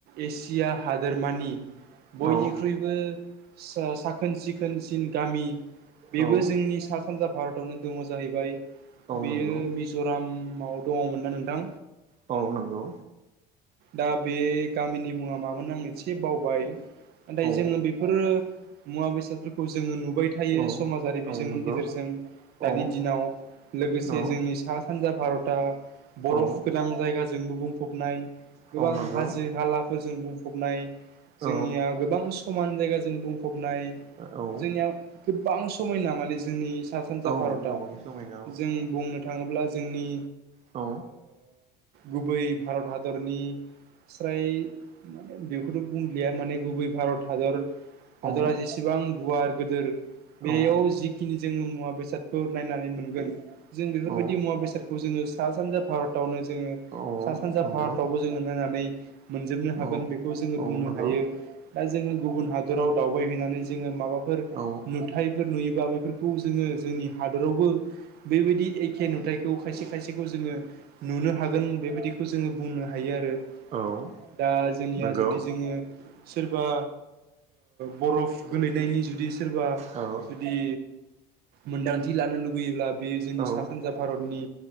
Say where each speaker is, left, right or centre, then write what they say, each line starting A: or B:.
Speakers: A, on the right; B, on the right.
A: एसिया हादोरमानि। बयनिख्रुइबो
B: औ
A: साखोन सिखोनसिन गामि। बेबो
B: औ
A: जोंनि सा सानजा भारतावनो दङ जाहैबाय
B: औ
A: बेयो
B: नंगौ
A: मिज'रामाव दङमोन दा नोंथां
B: औ नंगौ
A: दा बे गामिनि मुङा मामोन आं एसे बावबाय नाथाय
B: औ
A: जोङो बेफोरो मुवा बेसादफोरखौ जोङो नुबाय थायो
B: औ
A: समाजारि
B: औ
A: बिजोंनि
B: नंगौ
A: गेजेरजों
B: औ
A: दानि दिनाव लोगोसे
B: औ
A: जोंनि सा सानजा भारतआ
B: औ
A: बरफ गोनां जायगाजोंबो बुंफबनाय गोबां
B: औ नंगौ
A: हाजो हाला फोरजों बुंफबनाय जोंनिया
B: औ
A: गोबां समान जायगाजों बुंफबनाय
B: औ
A: जोंनिया गोबां समायना माने जोंनि सा सानजा
B: औ
A: भारत
B: गोबां समायना
A: जों बुंनो थाङोब्ला जोंनि
B: औ
A: गुबै भारत हादरनि स्राय माने बेखौथ' बुंलिया माने गुबै भारत हादर हादरा
B: औ
A: जेसेबां गुवार गिदोर बेयाव
B: औ
A: जिखिनि जोङो मुवा बेसादखौ नायनानै मोनगोन जों बेफोरबायदि
B: औ
A: मुवा बेसादखौ जोङो सा सानजा भारतावनो जोङो
B: औ
A: सा सानजा
B: नंगौ
A: भारत फावबो जोङो नायनानै मोनजोबनो
B: औ
A: हागोन बेखौ जोङो
B: औ नंगौ औ
A: बुंनो
B: नंगौ
A: हायो दा जोङो गुबुन हादराव दावबायहैनानै जोङो माबाफोर
B: औ
A: नुथायफोर नुयोबा बेफोरखौ जोङो जोंनि हादरावबो बेबायदि एखे नुथायखौ खायसे खायसेखौ जोङो नुनो हागोन बेबायदिखौ जोङो बुंनो होन हायो आरो
B: औ
A: दा जोंनिया
B: नंगौ
A: जुदि जोङो सोरबा बरफ गोलैनायनि जुदि सोरबा
B: औ
A: जुदि मोन्दांथि लानो लुबैयोब्ला बेयो जोंनि
B: औ
A: सा सानजा भारतनि